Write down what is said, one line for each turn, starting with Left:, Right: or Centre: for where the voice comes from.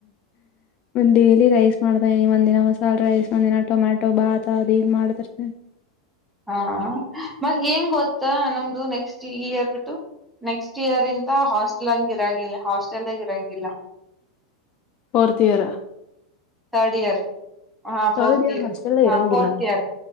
Left: ಡೈಲಿ ರೈಸ್ ಮಾಡ್ತ ಇದಿನಿ ಒಂದಿನ ಮಸಾಲೆ ರೈಸ್ ಒಂದಿನ ಟೊಮ್ಯಾಟ ಬಾತ ಅದ್ ಇದು ಮಾಡ್ತಿರ್ತಿನಿ
Centre: ಹಾ ಮತ್ ಹೆಂಗ್ ಗೊತ್ತ ನಮ್ದು ನೆಕ್ಸ್ಟ್ ಈ ಇಯಿರ್ ಬಿಿಟ್ಟು ನೆಕ್ಸ್ಟ್ ಇಯರ್ ಇಂತ ಹಾಸ್ಟೆಲ್ ಹಂಗ ಇರಂಗಿಲ್ಲ ಹಾಸ್ಟೆಲ್ದಾಗ ಇರಂಗಿಲ್ಲ
Left: ಫೋರ್ತಿ ಇಯರ್
Centre: ಥರ್ಡ್ ಇಯರ್ ಹಾ
Left: ಥರ್ಡ್
Centre: ಫೋರ್
Left: ಇಯರ್
Centre: ಇರ್
Left: ಹಾಸ್ಟೆಲ್
Centre: ಹಾ
Left: ಇರಂಗಿಲ್ಲ
Centre: ಫೋರ್ತ್ ಇಯರ್